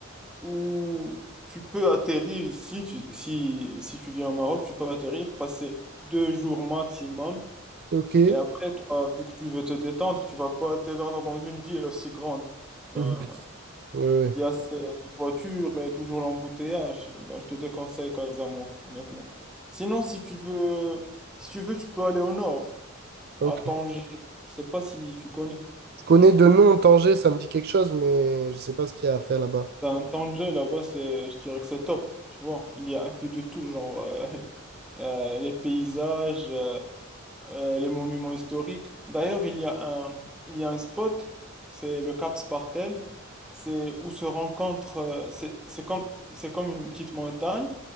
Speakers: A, in the centre; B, on the right.
A: où tu peux atterrir ici. tu- si, si tu viens au Maroc, tu peux atterrir, passer deux jours maximum.
B: Ok.
A: Et après, toi, vu que tu veux te détendre, tu vas pas te détendre dans une ville aussi grande. Ben,
B: Mhm. Ouais, ouais.
A: il y a ces voitures et toujours l'embouteillage. Ben, je te déconseille Casa, moi, honnêtement. Sinon, si tu veux, si tu veux, tu peux aller au nord, à
B: Ok.
A: Tanger. Je sais pas si tu connais.
B: connais de nom Tanger, ça me dit quelque chose, mais je sais pas ce qu'il y a à faire là-bas.
A: Ben, Tanger, là-bas, c'est, je dirais que c'est top, tu vois. Il y a un peu de tout, genre euh, <laughs> euh, les paysages, euh, euh, les monuments historiques. D'ailleurs, il y a un, il y a un spot, c'est le Cap Spartel, c'est où se rencontrent, euh, c'est c'est comme, c'est comme une petite montagne